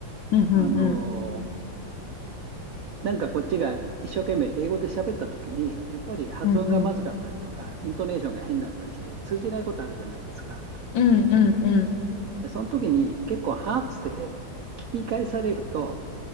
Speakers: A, on the left; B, on the right.
A: うんうんうん。
B: あの、なんかこっちが一生懸命英語で喋った時に、やっぱり発音がまずかったりとか、
A: うんうん。
B: イントネーションが変だったりして、通じないことあるじゃないですか。
A: うんうんうん。
B: で、その時に結構ハーツで聞き返されると、